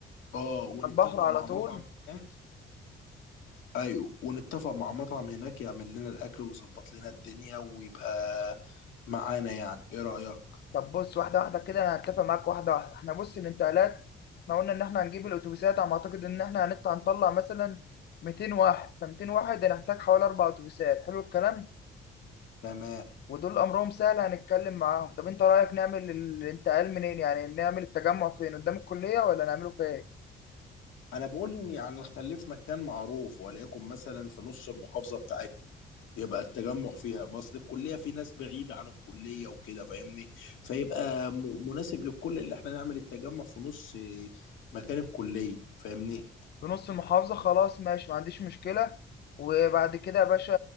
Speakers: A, on the left (about 80°); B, on the left (about 55°).
A: اه ونتفق
B: على البحر على
A: مع
B: طول
A: مطعم هناك ايوه ونتفق مع مطعم هناك يعمل لنا الاكل ويظبط لنا الدنيا ويبقى معانا يعني ايه رأيك
B: طب بص واحده واحده كده انا هتفق معاك واحده واحده احنا بص الانتقالات احنا قلنا ان احنا هنجيب الاتوبيسات على ما اعتقد ان احنا هنطلع هنطلع مثلا 200 واحد ف 200 واحد هنحتاج حوالي اربع اتوبيسات حلو الكلام
A: تمام
B: ودول امرهم سهل هنتكلم معاهم طب انت رايك نعمل الانتقال منين يعني نعمل التجمع فين قدام الكليه ولا نعمله فين
A: انا بقول ان يعني نخليه في مكان معروف وليكن مثلا في نص المحافظه بتاعتنا يبقى التجمع فيها مصر الكليه في ناس بعيده عن الكليه وكده فاهمني فيبقى م- مناسب للكل اللي احنا نعمل التجمع في نص مكان الكليه فاهمني
B: في نص المحافظه خلاص ماشي ما عنديش مشكله وبعد كده يا باشا